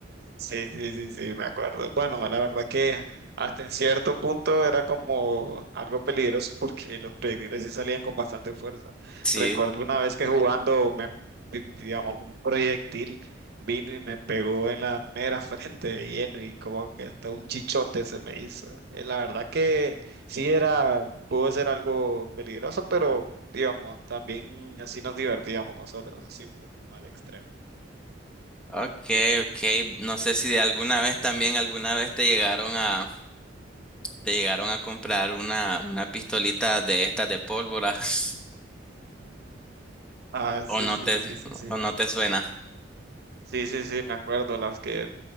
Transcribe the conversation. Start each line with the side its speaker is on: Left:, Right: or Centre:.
Right: Sí, sí, sí, sí, me acuerdo. Bueno, la verdad que hasta en cierto punto era como algo peligroso <laughs> porque los proyectiles sí salían con bastante fuerza.
Centre: sí.
Right: Recuerdo una vez que jugando, me, digamos, un proyectil vino y me pegó en la mera <laughs> frente de lleno y como que hasta un chichote se me hizo. Eh, La verdad que sí era, pudo ser algo peligroso, pero digamos, también así nos divertíamos nosotros, así un poco al extremo.
Centre: Ok, ok. No sé si de alguna vez también, alguna vez te llegaron a ¿Te llegaron a comprar una, una pistolita de estas de pólvora? <laughs>
Right: Ah, sí,
Centre: ¿O no
Right: sí,
Centre: te,
Right: sí, sí, sí.
Centre: o no te suena?
Right: Sí, sí, sí, me acuerdo, las que